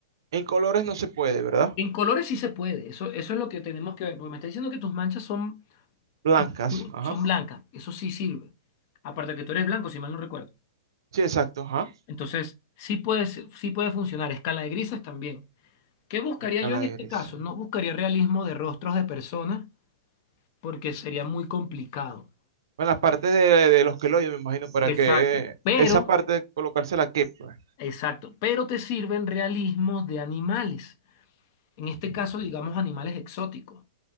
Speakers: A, on the right (about 75°); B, on the left (about 45°).
A: en colores no se puede, ¿verdad?
B: En colores sí se puede, eso, eso es lo que tenemos que ver, porque me está diciendo que tus manchas son
A: Blancas,
B: tú- tú-
A: ajá.
B: son blancas, eso sí sirve. Aparte que tú eres blanco, si mal no recuerdo.
A: Sí, exacto, ajá.
B: Entonces, sí puede, ser- sí puede funcionar. Escala de grises también. ¿Qué buscaría
A: Escala
B: yo en
A: de
B: este
A: gris.
B: caso? No buscaría realismo de rostros de personas porque sería muy complicado.
A: Bueno, las partes de, de los que lo oyen, me imagino, para
B: Exacto.
A: que eh,
B: Pero,
A: esa parte colocársela qué, pues.
B: exacto, pero te sirven realismos de animales. En este
A: Mm,
B: caso, digamos animales exóticos,